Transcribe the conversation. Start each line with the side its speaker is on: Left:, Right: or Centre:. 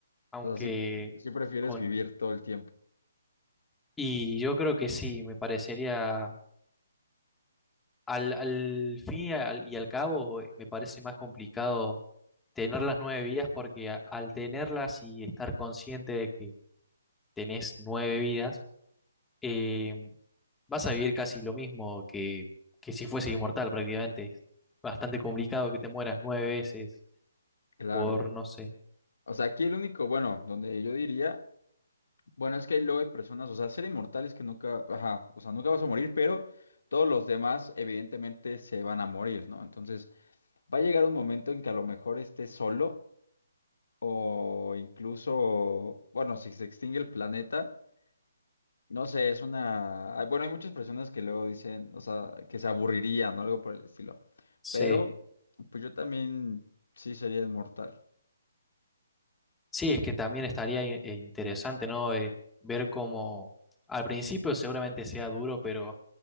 Centre: aunque
Left: O sea, si, si prefieres
Centre: con...
Left: vivir todo el tiempo.
Centre: Y yo creo que sí, me parecería al, al fin y al, y al cabo, eh, me parece más complicado tener las nueve vidas porque a- al tenerlas y estar consciente de que tenés nueve vidas, eh, vas a vivir casi lo mismo que, que si fueses inmortal prácticamente. Es bastante complicado que te mueras nueve veces
Left: Claro.
Centre: por, no sé,
Left: O sea, aquí el único, bueno, donde yo diría. Bueno, es que hay lo de personas, o sea, ser inmortales que nunca, ajá, o sea, nunca vas a morir, pero todos los demás evidentemente se van a morir, ¿no? Entonces, va a llegar un momento en que a lo mejor estés solo o incluso, bueno, si se extingue el planeta, no sé, es una... ah, Bueno, hay muchas personas que luego dicen, o sea, que se aburrirían o algo por el estilo,
Centre: sí.
Left: pero pues yo también sí sería inmortal.
Centre: Sí, es que también estaría in- eh, interesante, ¿no? Eh, ver cómo al principio seguramente sea duro, pero